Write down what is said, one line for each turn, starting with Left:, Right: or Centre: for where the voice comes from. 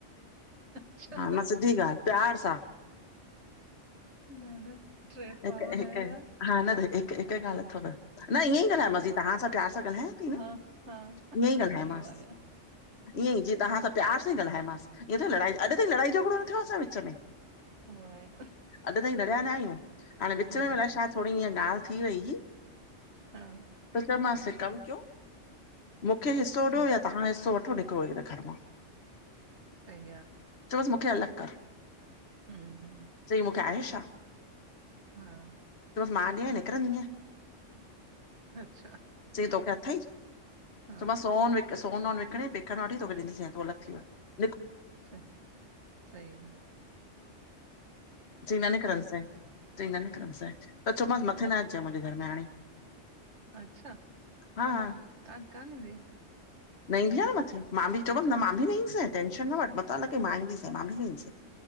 Right: अच्छा
Left: हा मां सिधी ॻालह प्यार सां।
Right: न न स्ट्रेट
Left: हिक
Right: फॉर्वड
Left: हिक
Right: आयो यार।
Left: हा न त हिक हिक ॻालह अथव न ईअं ई ॻाल्हायो
Right: हा
Left: मास थी तव्हां सां प्यार सां ॻाल्हायां थी न
Right: हा हा
Left: ईअं ई ॻालायोमास।
Right: वाया
Left: ईअं ई जीअं तव्हां सां प्यार सां ही ॻाल्हयोमांसि ईअं त लड़ाई अॼु ताईं लड़ाई झगड़ो न थियो आहे असां विच में।
Right: उहो ई
Left: अॼु ताईं लड़िया न आहियूं हाणे विच
Right: हम्म
Left: में आलाए छा थोरी हअ ॻाल्हि थी वई हुई
Right: हा
Left: पुछियो मास हिक कमु कयो मूंखे हिसो
Right: हम्म
Left: ॾियो या तव्हां हिसो वठो निकड़ो हिन घर मां।
Right: सही आहे
Left: चओस मूंखे अलग कर,
Right: हम्म
Left: चई मूंखे आहे छा छा
Right: हुम्म
Left: मां ॾियएं निकरंदीय
Right: अच्छा
Left: च्यइं तोखे अथई, चयो
Right: हा
Left: मास सोन व सोन वोन विकणे पेकन मा वठी तोखें ॾीडिसे, तूं अलग थी वंञ
Right: छॾ सही आ।
Left: चईं न निकरण दी सै चईं न निकरण दी सै त चव मांसि मथे न अचजां मुंहिंजे घर में हाणे
Right: अच्छा कोन
Left: हा हा
Right: क कान ईंदी
Left: न ईंदी आहे न मथे मां बि चवि मां बि न ईंदी स टेंशन न वठि मता लगे मां ईंदी स मां भी न ईंदी सां